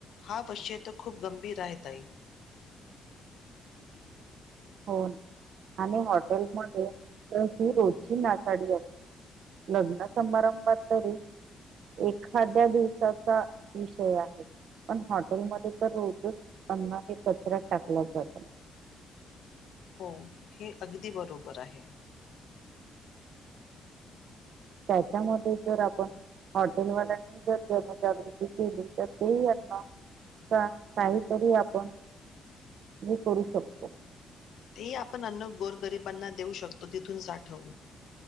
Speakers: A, on the left; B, on the right.
A: हा विषय तर खूप गंभीर आहे ताई
B: हो न आणि हॉटेलमध्ये तर ही रोजची नासाडी असते लग्न समारंभात तरी एखाद्या दिवसाचा विषय आहे, पण हॉटेलमध्ये तर रोजच अन्न हे कचऱ्यात टाकला जातो.
A: हो हे अगदी बरोबर आहे.
B: त्याच्यामध्ये जर आपण हॉटेलवाल्यांनी जर जनजागृती केली तर ते यांना काहीतरी आपण म करू शकतो.
A: तेही आपण अन्न गोर गरिबांना देऊ शकतो तिथून साठवून.